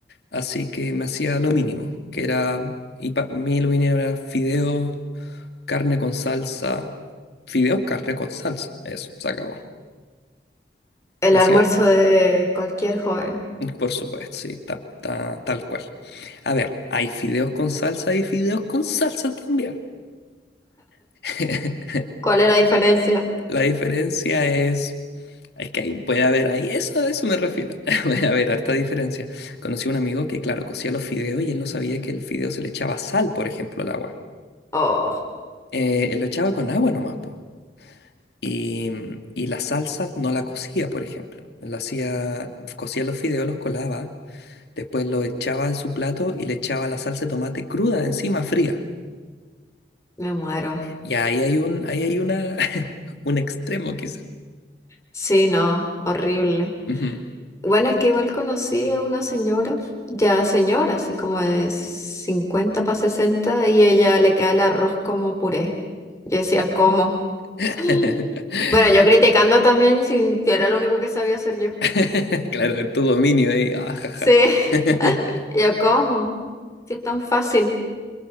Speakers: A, on the left; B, on the left.
A: así que me hacía lo mínimo, que era, y para mí lo mínimo era fideos, carne con salsa, fideos, carne con salsa, eso, se acabó.
B: El
A: Me
B: almuerzo
A: hacía,
B: de cualquier joven.
A: por supuesto, sí, ta- ta- tal cual. A ver, hay fideos con salsa y fideos con salsa también. <laughs>
B: ¿Cuál es la diferencia?
A: La diferencia es, es que ahí puede haber ahí, eso a eso me refiero, <laughs> puede haber harta diferencia. Conocí a un amigo que, claro, cocía los fideos y él no sabía que el fideo se le echaba sal, por ejemplo, al agua.
B: Oh,
A: Eh, él lo echaba con agua nomás, po. Y, mm, y la salsa no la cocía, por ejemplo. La hacía, cocía los fideos, los colaba, después lo echaba en su plato y le echaba la salsa de tomate cruda encima, fría.
B: me muero.
A: Y ahí hay un, ahí hay una, <laughs> un extremo quizá.
B: Sí, no, horrible.
A: Ujú.
B: Bueno, es que igual conocí a una señora, ya señora, así como de 50 para 60 y ella le queda el arroz como puré. Yo decía, ¿cómo?
A: <laughs>
B: <gasps> Bueno, yo criticando también si si era lo único que sabía hacer yo.
A: <laughs> Claro, tu dominio ahí, ah, jaja.
B: Sí, <laughs>
A: <laughs>
B: yo, ¿cómo? Si es tan fácil.